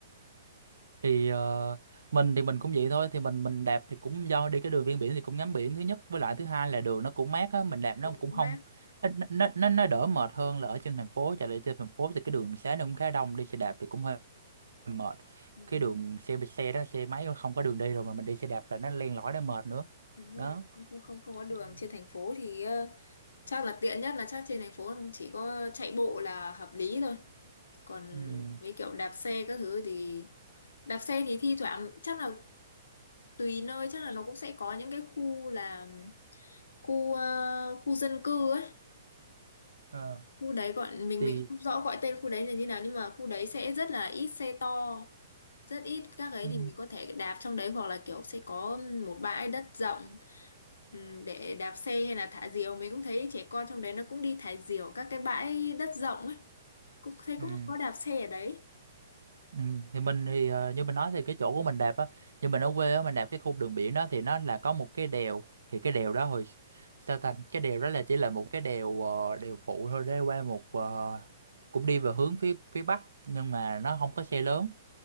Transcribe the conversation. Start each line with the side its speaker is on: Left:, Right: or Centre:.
Right: thì ờ, mình thì mình cũng vậy thôi thì mình mình đạp thì cũng do đi cái đường ven biển thì cũng ngắm biển thứ nhất với lại thứ hai là đường nó cũng mát á mình đạp nó
Left: Đường
Right: cũng không
Left: mát.
Right: nó nó nó, nó đỡ mệt hơn là ở trên thành phố chạy lại trên thành phố thì cái đường xá nó cũng khá đông đi xe đạp thì cũng hơi mệt
Left: Đúng
Right: cái
Left: rồi,
Right: đường xe xe đó xe máy nó không có đường đi rồi mà mình đi xe đạp là nó len lỏi nó mệt nữa
Left: đúng rồi.
Right: đó
Left: Không không không có đường
Right: Ừ.
Left: trên thành phố thì ờ, chắc là tiện nhất là chắc trên thành phố chỉ có chạy bộ là hợp lý thôi còn
Right: ừ.
Left: mấy kiểu đạp xe các thứ thì đạp xe thì thi thoảng chắc là tùy nơi chắc là nó cũng sẽ có những cái khu là khu ờ, khu dân cư ấy
Right: ờ,
Left: khu đấy gọi mình
Right: thì
Left: mình không rõ gọi tên khu đấy là như nào nhưng mà khu đấy sẽ rất là ít xe to rất ít các ấy
Right: ừ.
Left: thì mình có thể đạp trong đấy hoặc là kiểu sẽ có một bãi đất rộng ừm, để đạp xe hay là thả diều mình cũng thấy trẻ con trong đấy nó cũng đi thả diều các cái bãi đất rộng ấy cũng thấy
Right: Ừ.
Left: cũng có đạp xe ở đấy
Right: Ừ. Thì mình thì ờ, như mình nói thì cái chỗ của mình đạp á như mình ở quê á mình đạp cái khu đường biển đó thì nó là có một cái đèo thì cái đèo đó hồi sao ta cái đèo đó là chỉ là một cái đèo ờ, đèo phụ thôi để qua một ờ, cũng đi về hướng phía phía bắc nhưng mà nó không có xe lớn